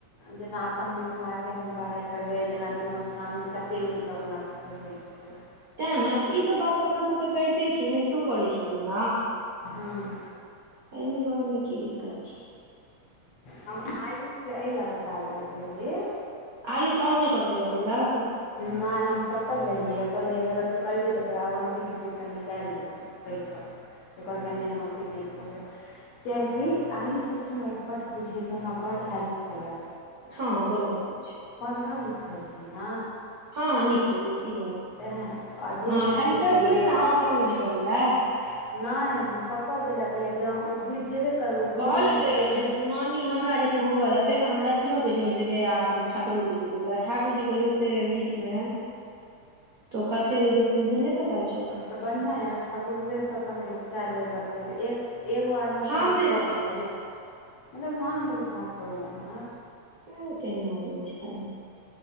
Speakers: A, on the left; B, on the right.
A: जेना अपन मिथिलाके हम भड़ाइ करबै जेनाकि मधुश्रावणी कते नीक अपना सबके होइआ अ
B: तैँ ने ईसब बात तऽ अपनासब तऽ करिते छियै ओनाहितो करै छलियै ने
A: हँ
B: तमे कोमे की दिक्कत छी
A: हम आयुष से एहि लए बता देलियै भौे
B: आयुष आओर नय ककरो बतेलक
A: नय हम शपथ देलियै ह कहलियै जे अगर तू करिही तऽ तोरा अवन्ती दीदीसँ निकाइल देबौ कै क त कहलकै नय मशीद नहि कह कियैकि आयुष जे छै ने ओ बहुत किुछुच हमा बड हेल्प केलँ
B: हँ हँ कोनो बात नय छै
A: पढ़ल लिखै छै ने
B: हँ हँ नीक केलियै की भऽ गेल
A: ह आजीखब
B: हँ खाली कहि देलियै ने आओर ककरो
A: नय
B: नहि कहै लए
A: हम शपत द ल कहलै ज ओ बुइझ जेबे करबै ग्रुपमे
B: कहलकै
A: एतै तऽ दे
B: जे हमरा जखन होबऽ लगे तऽ हमरा क के जोड़ देबै आ अपन ठाकुर जी के जड़ देब आ ठाकुर जी के जोड़ते बीचमे त कत्य के जोरथि से नय पता छौ
A: तऽ बढ़िआँ यऽ ने ठाकुरबेसँ अपन चाइर बेर बतिआएलहुँ एक एगो आदमी से
B: हम
A: अह
B: नहि
A: चढ़
B: बतियाएब
A: मतलब
B: जो
A: हम एगो बात कहलहु हं
B: ह केहन आदमी छै